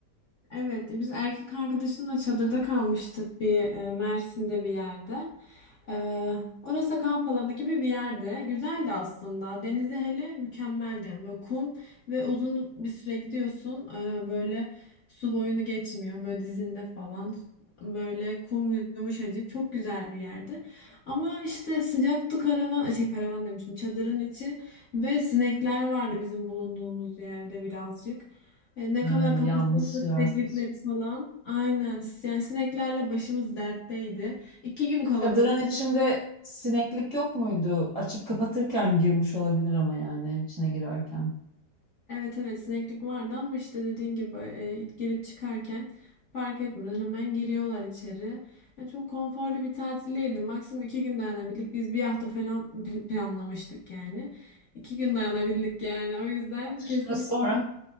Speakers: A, on the left (about 55°); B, on the right (about 20°).
A: Evet, biz erkek arkadaşımla çadırda kalmıştık bir e, Mersin'de bir yerde. E, orası kamp alanı gibi bir yerde. Güzeldi aslında. Denizi hele mükemmeldi. Yani böyle kum ve uzun bir süre gidiyorsun. E, böyle su boyunu geçmiyor. Böyle dizinde falan. Böyle kum yumuşacık. Çok güzel bir yerdi. Ama işte sıcaktı karavan. Şey karavan demişim. Çadırın içi ve sinekler vardı bizim bulunduğumuz yerde birazcık. E, ne
B: Ee,
A: kadar kapasitesi
B: yanlış yer
A: sineklikleri
B: seçmişsin.
A: falan. Aynen. Yani sineklerle başımız dertteydi. İki gün kalabildik.
B: Çadırın içinde
A: Sonra-
B: sineklik yok muydu? Açıp kapatırken girmiş olabilir ama yani içine girerken.
A: evet evet sineklik vardı ama işte dediğin gibi e, girip çıkarken fark etmeden hemen giriyorlar içeri. E, çok konforlu bir tatil değildi. Maksimum iki gün dayanabildik. Biz bir hafta falan pl- planlamıştık yani. İki gün dayanabildik yani. O yüzden
B: Atıştıra
A: kesinlikle
B: sonra